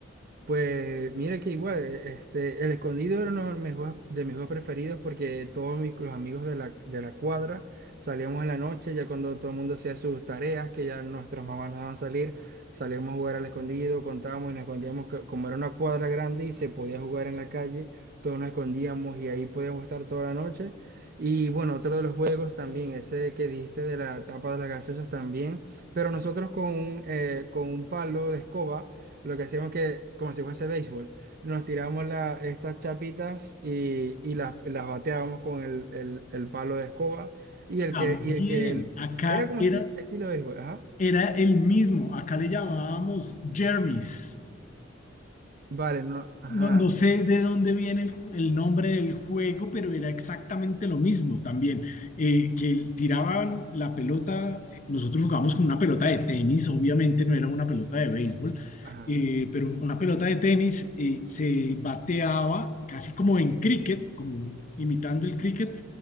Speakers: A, on the right; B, on the left.
A: Pues mira que igual, e- este, el escondido era uno de mis juegos, de mis juegos preferidos porque todos mis, los amigos de la, de la cuadra salíamos en la noche, ya cuando todo el mundo hacía sus tareas, que ya nuestras mamás nos daban salir, salíamos a jugar al escondido, contábamos y nos escondíamos, co- como era una cuadra grande y se podía jugar en la calle, todos nos escondíamos y ahí podíamos estar toda la noche. Y bueno, otro de los juegos también, ese que dijiste de la tapa de las gaseosas también, pero nosotros con, un, eh, con un palo de escoba. Lo que hacíamos que, como si fuese béisbol, nos tirábamos la- estas chapitas y, y las, las bateábamos con el, el- el palo de escoba y el
B: También,
A: que, y el que
B: acá
A: era como
B: era,
A: esti- estilo béisbol, ajá.
B: era el mismo, acá le llamábamos Jermis.
A: Vale, no, ajá,
B: No, no sé de dónde viene el, el nombre del juego, pero era exactamente lo mismo también, eh, que tiraban la pelota, eh, nosotros jugábamos con una pelota de tenis, obviamente no era una pelota de béisbol,
A: ajá.
B: eh, pero una pelota de tenis eh, se bateaba casi como en cricket, como imitando el cricket,